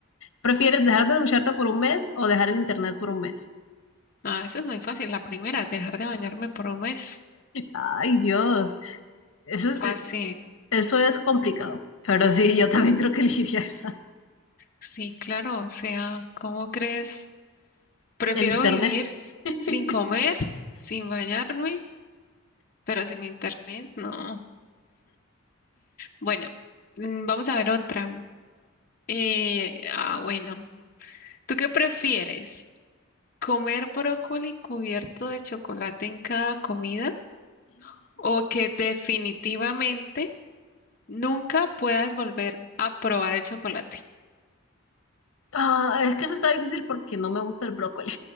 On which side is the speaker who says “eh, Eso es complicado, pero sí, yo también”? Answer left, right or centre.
Left